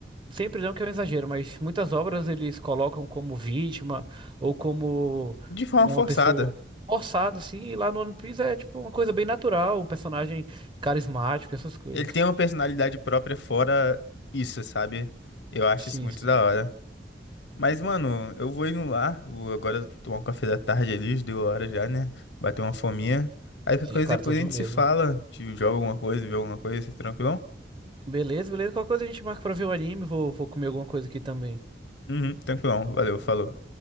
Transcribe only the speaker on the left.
De forma
forçada.
Ele tem uma personalidade própria fora isso, sabe? Eu acho
isso muito
da hora. Mas, mano, eu vou indo lá. Vou agora tomar um café da tarde ali, já deu hora já, né? Bater uma fominha. Aí qualquer
coisa
depois
a gente
se fala. Te joga alguma coisa, vê alguma coisa, tranquilão?
Uhum, tranquilão. Valeu, falou.